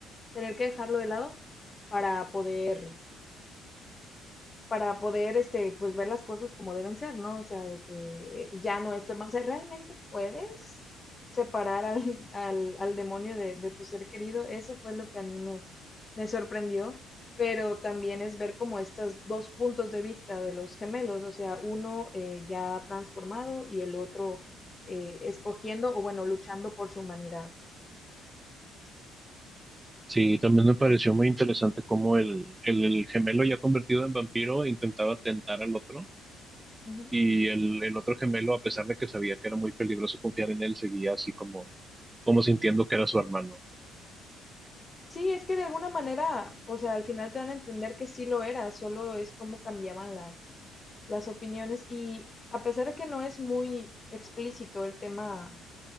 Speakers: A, on the left; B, on the right.
A: tener que dejarlo de lado para poder para poder, este, pues ver las cosas como deben ser, ¿no? O sea, de que ya no es tu hermano. O sea, ¿realmente puedes separar al, al, al demonio de, de tu ser querido? Eso fue lo que a mí me, me sorprendió, pero también es ver como estos dos puntos de vista de los gemelos, o sea, uno eh, ya transformado y el otro eh, escogiendo o bueno, luchando por su humanidad.
B: Sí, también me pareció muy interesante cómo el, el, el gemelo ya convertido en vampiro intentaba tentar al otro
A: Ujú.
B: y el, el otro gemelo, a pesar de que sabía que era muy peligroso confiar en él, seguía así como, como sintiendo que era su hermano.
A: Sí, es que de alguna manera, o sea, al final te dan a entender que sí lo era, solo es como cambiaban las, las opiniones y a pesar de que no es muy explícito el tema,